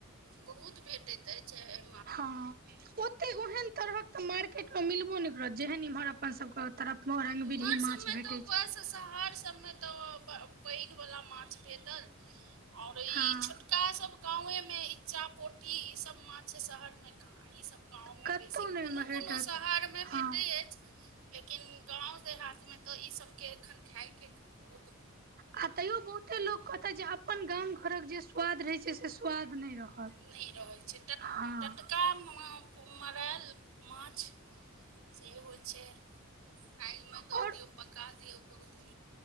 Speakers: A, on the right; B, on the right.
A: बहुत भेटैत अछि छै।
B: हँ, ओते ओहन तरहक तऽ मार्केट मे मिलबो नहि करत, जेहन इम्हर अपन सबके तरफ। मे रंगबिरही
A: हमर
B: माछ
A: सभमे
B: भेटै
A: तऽ, उप
B: छै
A: शहर सभमे तऽ, पैघवला माछ भेटल। आओर ई
B: हँ
A: छोटका सब गाँवेमे, इच्चा -पोठी ई सब माछ शहरमे कहाँ! ईसभ गाँवमे
B: कतौ
A: बेसी,
B: नहि
A: कोनो
B: ओहिमे भेटत
A: -कोनो शहरमे
B: हँ
A: भेटैत अछि, लेकिन गांव देहात में तऽ इ सब के एखन खााय के, बहुत
B: आ तैयो बहुते लोको कहतै जे, अपन गाम-घरक जे स्वाद रहै छै, से स्वाद नहि रहत।
A: नहि रहै छै, टट
B: हँ
A: टटका मरायल माछ से होइ छै, आगिमे
B: आओर
A: दऽ दियौ, पका दियौ, बहुत